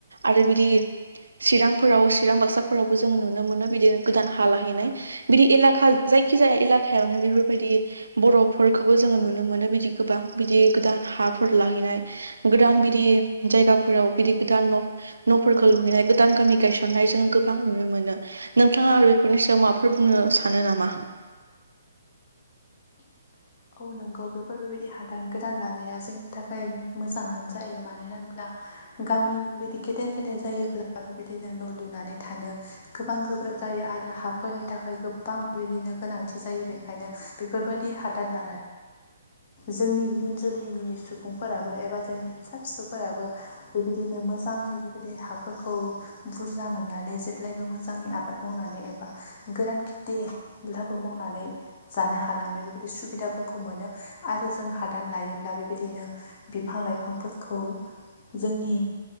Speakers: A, on the right (about 75°); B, on the left (about 40°).
A: आरो बिदि चिरांफोराव चिरां बाक्साफोरावबो जोङो नुनो मोनो बिदिनो गोदान हा लाहैनाय बिदि एलाखा जायखिजाया एलकायावनो बेफोरबायदि बर'फोरखौबो जोङो नुनो मोनो बिदि गोबां बिदि गोदान हाफोर लाहैनाय गोदान बिदि जायगाफोराव बिदि गोदान न' न'फोरखौ लुहैनाय गोदान गामि गायसननाय जोोंङो गोबां नुनो मोनो नोंथाङा आरो बेफोरनि सायाव माबाफोर बुंनो सानो नामा?
B: <inaudible> औ नंगौ बेफोर बेबायदि हादान गोदान लानाया जोंनि थाखाय मोजाङानो जायो मानो होनोब्ला गामि बेबायदि गेदेर गेदेर जायोब्ला बेबायदिनो न' लुनानै थानो गोबां गोब्राब जायो आरो हाफोरनि थाखाय गोबां बिदिनो गोनांथि जायो बेखायनो बेफोरबायदि हादान लानाय जोंनि इयुन जोलैनि सुबुंफोराबो एबा जोंनि फिसा फिसौफोराबो बेबायदिनो मोजाङै बेबायदि हाफोरखौ बुरजा मोननानै जेब्लायबो मोजाङै आबाद मावनानै एबा गोरान खेथिब्लाबो मावनानै जानो हालांनाय बेबायदि सुबिदाफोरखौ मोनो आरो जों हादान लायोब्ला बेबायदिनो बिफां लाइफांफोरखौ जोंनि